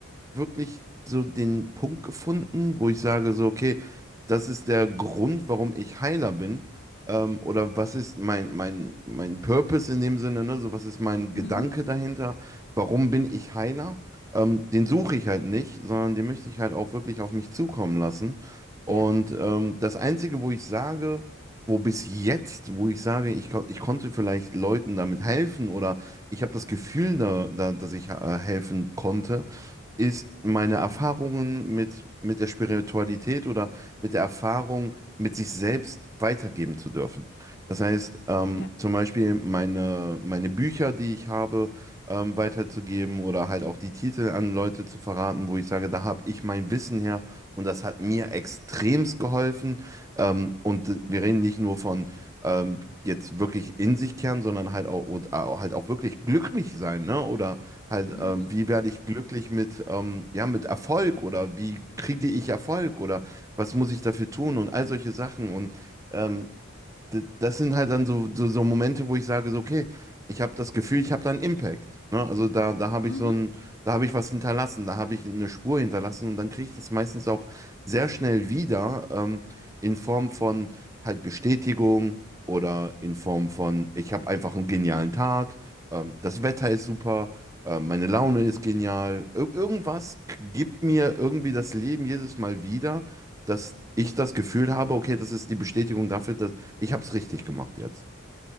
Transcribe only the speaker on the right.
wirklich so den Punkt gefunden, wo ich sage so, okay, das ist der Grund, warum ich Heiler bin. Ähm, oder was ist mein, mein, mein Purpose in dem Sinne, ne? So, was ist mein Gedanke
dahinter? Warum bin ich Heiler? Ähm, den suche ich halt nicht, sondern den möchte ich halt auch wirklich auf mich zukommen lassen. Und
ähm, das Einzige, wo ich sage, wo bis jetzt, wo ich sage, ich, kon ich konnte vielleicht Leuten damit helfen oder ich habe das Gefühl, da, da, dass ich äh, helfen konnte, ist meine Erfahrungen mit, mit der Spiritualität oder mit der Erfahrung, mit sich selbst weitergeben zu dürfen. Das heißt, ähm,
zum Beispiel meine, meine Bücher, die ich habe, ähm, weiterzugeben oder halt auch die Titel an Leute zu verraten, wo ich sage, da habe ich mein Wissen her und das hat mir extremst geholfen. Ähm, und wir reden nicht nur von ähm, jetzt wirklich in sich kehren, sondern halt auch, und, auch- halt auch wirklich glücklich sein, ne? Oder halt,
ähm, wie werde ich glücklich mit, ähm, ja, mit Erfolg oder wie kriege ich Erfolg oder was muss ich dafür tun und all solche Sachen. Und ähm, d- das sind halt dann so, so, so Momente, wo ich sage, so, okay, ich habe das Gefühl, ich habe da einen Impact. Ne? Also da, da habe
ich so ein, da habe ich was hinterlassen, da habe ich eine Spur hinterlassen und dann kriege ich das meistens auch sehr schnell wieder, ähm, in Form von halt Bestätigung oder in Form von, ich habe einfach einen genialen Tag, ähm, das Wetter ist super. äh, Meine Laune ist genial. Ir irgendwas k- gibt mir irgendwie das Leben jedes Mal wieder, dass ich das Gefühl habe, okay, das ist die Bestätigung dafür, dass ich habe es richtig gemacht jetzt.